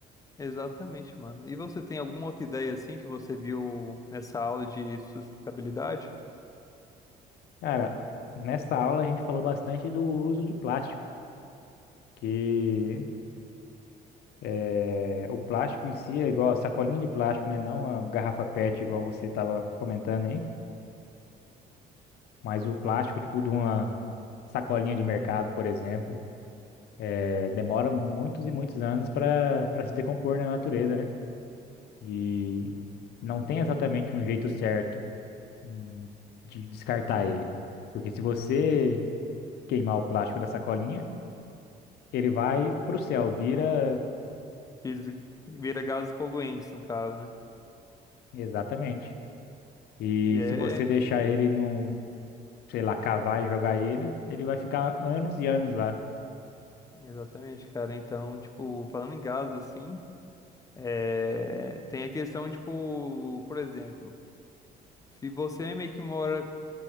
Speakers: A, on the left (about 20°); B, on the left (about 70°).
A: Exatamente, mano. E você tem alguma outra ideia, assim, que você viu nessa aula de sustentabilidade?
B: Cara, nessa aula a gente falou bastante do uso de plástico. que É, o plástico em si é igual a sacolinha de plástico, né? Não a garrafa PET, igual você estava comentando aí. Mas o plástico, tipo, de uma sacolinha de mercado, por exemplo, é, demora muitos e muitos anos para para se decompor na natureza, né? E não tem exatamente um jeito certo hum, de descartar ele. Porque se você queimar o plástico da sacolinha, ele vai para o céu, vira.
A: Vis- Vira gases poluentes, no caso, né?
B: Exatamente. E
A: E é.
B: se você deixar ele num, sei lá, cavar e jogar ele, ele vai ficar anos e anos lá,
A: Exatamente, cara. Então, tipo, falando em gases, assim. É, tem a questão, tipo, por exemplo, se você meio que mora,